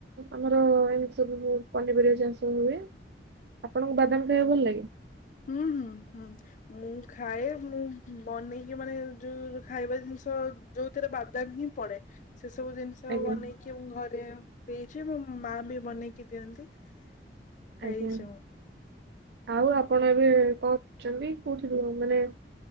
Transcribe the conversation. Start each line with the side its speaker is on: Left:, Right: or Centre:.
Right: ଆମର ଏମିତି ସବୁ ପନିପରିବା ଚାଷ ହୁଏ। ଆପଣଙ୍କୁ ବାଦାମ ଖାଇବା ଭଲ ଲାଗେ?
Left: ହୁଁ ହୁଁ ହୁଁ ମୁଁ ଖାଏ ମୁଁ ବନେଇକି ମାନେ ଯୋଉ ଖାଇବା ଜିନିଷ ସୋ ଯୋଉଥିରେ ବାଦାମ ହିଁ ପଡେ। ସେ ସବୁ ଜିନିଷ
Right: ଆଜ୍ଞା
Left: ବନେଇକି ମୁଁ ଘରେ ଦେଇଛି ମୋ ମା ବି ବନେଇକି ଦିଅନ୍ତି। ଖାଇଛୁ?
Right: ଆଜ୍ଞା ଆଉ ଆପଣ ଏବେ କଣ କରୁଛନ୍ତି କୋଉଠି ମାନେ